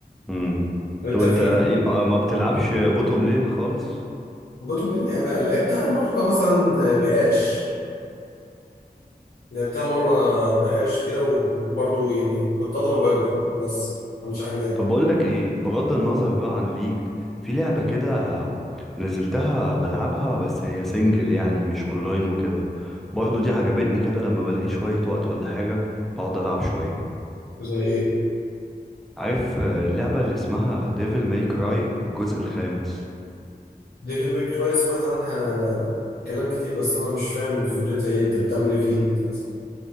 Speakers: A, in the centre; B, on the left (about 70°).
A: مم.
B: انت
A: طب انت
B: في
A: ايه ما ما بتلعبش بوتوم لين خالص
B: بطل انا لعبتها مره مثلا بقاش لعبتها مره بقاش كده وبرضه يعني كنت اضرب واجري بس ما عملش حاجه تاني
A: طب بقول لك ايه بغض النظر بقى عن الليج في لعبة كده نزلتها بلعبها بس هي سنجل يعني مش اونلاين وكده برضو دي عجبتني كده لما بلاقي شوية وقت ولا حاجة بقعد العب شوية
B: زي ايه
A: عارف آه، اللعبة اللي اسمها ديفل ماي كراي الجزء الخامس
B: ديفل ميك كراي سمعت عنها كلام كتير بس انا مش فاهم فكرتها ايه انت بتعمل ايه فيها أساساً.